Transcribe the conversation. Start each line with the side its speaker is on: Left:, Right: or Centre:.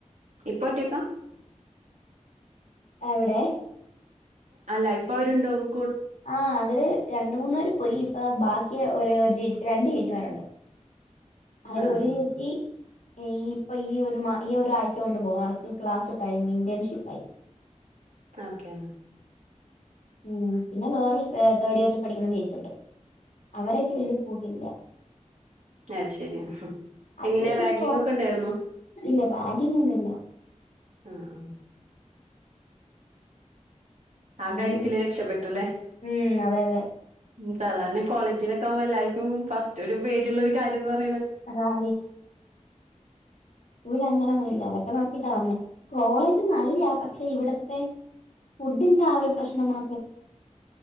Right: ഇപ്പൊ ഒറ്റക്കാ
Left: എവിടെ
Right: അല്ല ഇപ്പൊ അവരുണ്ടോന്നുന്നു
Left: ആ അതില് രണ്ടു മൂന്നു പേര് പോയി ഇപ്പൊ ബാക്കി ഒര് ഒരു ചേച്ചി രണ്ട് ചേച്ചിമാരൊണ്ട് അതിൽ
Right: ആ
Left: ഒരു
Right: ആ
Left: ചേച്ചി ഈ ഇപ്പൊ ഈ ഒരു മാ ഈ ഒരാഴ്ച കൊണ്ടാ പോകാറ് ഇപ്പൊ ഈ ക്ലാസ് കഴിഞ്ഞു ഇന്റേൺഷിപ്പായി
Right: ഓക്കെ
Left: ഉം പിന്നെ വേറെ സ് തേർഡ് ഇയറിൽ പഠിക്കുന്ന നിച്ചിണ്ട് അവരായിട്ട് വല്യര് കൂട്ടില്ല
Right: അ ശരി
Left: അത്യാവശ്യം
Right: എങ്ങനെയാ റാഗിങ്
Left: കോ
Right: ഒക്കെ ഉണ്ടായിരുന്നു
Left: ഇല്ല റാഗിങ്ങൊന്നുല്ല
Right: ആ ആ ആ കാര്യത്തില്
Left: അങ്ങനെ
Right: രക്ഷപ്പെട്ടു അല്ലേ
Left: ഉം അതെ അതെ
Right: ഉം സാധാരണ ഈ കോളേജിലൊക്കെ ആവുമ്പോ എല്ലാരിക്കും ഫസ്റ്റ് ഒരു പേടിയുള്ള ഒരു കാര്യൊന്ന് പറഞ്
Left: <unintelligible> ന് ആ ഇവിടെ അന്നേര അതൊക്കെ നോക്കിട്ടാ വന്നേ കോളേജ് നല്ലയാാ പക്ഷെ ഇവിടത്തെ ഫുഡിന്റെ ആ ഒരു പ്രശ്നം മാ